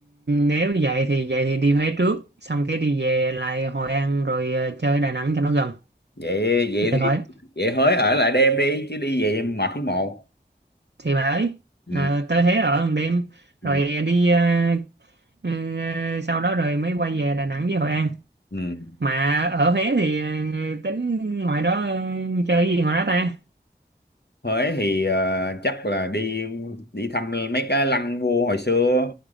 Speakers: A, on the right; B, on the left.
A: nếu vậy thì vậy thì đi Huế trước xong cái đi về lại Hội An rồi ờ, chơi Đà Nẵng cho nó gần
B: Vậy vậy
A: để khỏi
B: thì vậy Huế ở lại đêm đi chứ đi vậy mệt thấy mồ.
A: thì bà ấy
B: Ừ.
A: à, tới Huế ở một đêm
B: Ừ.
A: rồi đi à, ừ, sau đó rồi mới quay về Đà Nẵng với Hội An
B: Ừ.
A: mà ở Huế thì ừ, tính ngoài đó ừ, chơi gì ngoài đó ta
B: Huế thì ờ, chắc là đi đi thăm mấy cái lăng vua hồi xưa